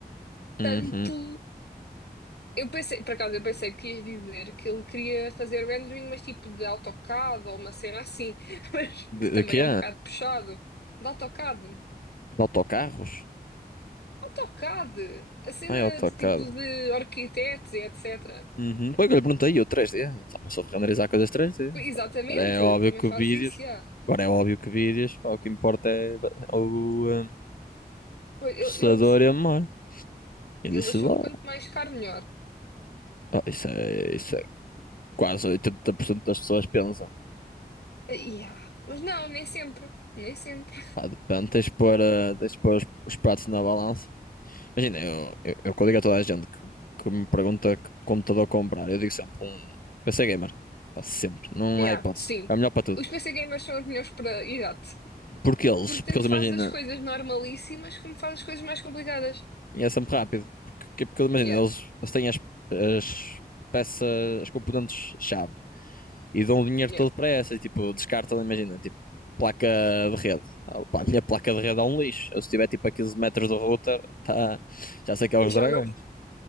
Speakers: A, on the left; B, on the left.
A: Uhum.
B: tanto. Eu pensei, por acaso, eu pensei que ias dizer que ele queria fazer rendering, mas tipo de AutoCAD ou uma cena assim, <laughs> mas
A: De,
B: que
A: de
B: também
A: quê?
B: é um bocado puxado. De AutoCAD.
A: De autocarros?
B: AutoCAD! A cena
A: Ah, é AutoCAD.
B: de tipo de arquitetos e etc.
A: Uhum. Foi o que eu lhe perguntei, eu 3D. Só passou de renderizar coisas três d
B: Pois, Exatamente,
A: Pá, Agora é óbvio
B: também
A: que
B: faz
A: vídeos.
B: isso, yeah.
A: Agora é óbvio que vídeos. pá, o que importa é ba- o hum,
B: Pois, Ele,
A: processador
B: ele,
A: e a memória. Eu
B: ele
A: disse
B: achou
A: lá.
B: que quanto mais caro, melhor.
A: Ah, isso é, isso é quase 80% das pessoas pensa.
B: Ah, yeah. Mas não, nem sempre. Nem sempre.
A: Pá, depende, tens de pôr, eh, tens de pôr os, os pratos na balança. Imagina, eu, eu, eu quando digo a toda a gente que, que me pergunta que computador comprar, eu digo sempre um PC Gamer. Pá, sempre. Não
B: Yeah,
A: há hipótese.
B: sim.
A: É o melhor para tudo.
B: Os PC gamers são os melhores para. Exato.
A: Porque eles,
B: Porque tanto
A: porque eles
B: faz
A: imagina.
B: as coisas normalíssimas como faz as coisas mais complicadas.
A: E é sempre rápido. Porque, porque imagina,
B: Yeah,
A: eles, eles têm as, as peças, as componentes-chave e dão o dinheiro
B: yeah.
A: todo para essas. Tipo, descartam, imagina, tipo, placa de rede. Ah, pá, A minha placa de rede é um lixo. Eu, se tiver tipo a 15 metros do router, tá, já sei que é os
B: Já
A: dragões.
B: não.